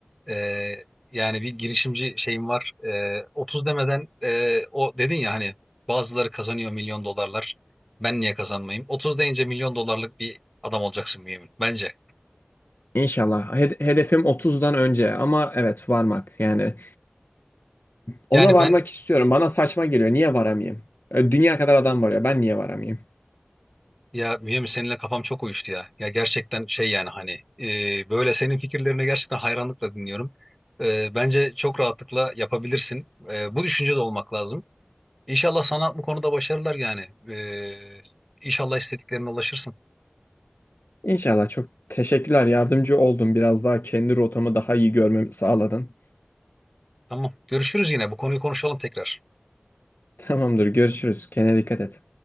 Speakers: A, in the centre; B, on the left (about 60°).
A: Ee, yani bir girişimci şeyim var. Ee, 30 demeden e, o dedin ya hani bazıları kazanıyor milyon dolarlar. Ben niye kazanmayayım? 30 deyince milyon dolarlık bir adam olacaksın Mümin bence.
B: İnşallah. He- hedefim 30'dan önce ama evet varmak yani. Ona
A: Yani
B: varmak
A: ben
B: istiyorum. Bana saçma geliyor. Niye varamayayım? E, Dünya kadar adam var ya. Ben niye varamayayım?
A: ya Mümin seninle kafam çok uyuştu ya. Ya gerçekten şey yani hani e, böyle senin fikirlerini gerçekten hayranlıkla dinliyorum. E, bence çok rahatlıkla yapabilirsin. E, bu düşüncede olmak lazım. İnşallah sana bu konuda başarılar yani. Ee, inşallah istediklerine ulaşırsın.
B: İnşallah çok teşekkürler. Yardımcı oldun. Biraz daha kendi rotamı daha iyi görmemi sağladın.
A: Tamam. Görüşürüz yine. Bu konuyu konuşalım tekrar.
B: Tamamdır. Görüşürüz. Kendine dikkat et.